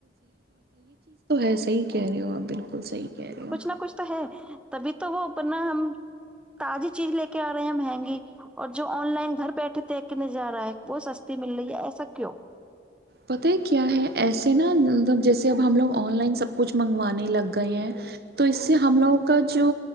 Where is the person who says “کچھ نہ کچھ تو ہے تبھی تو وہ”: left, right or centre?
Centre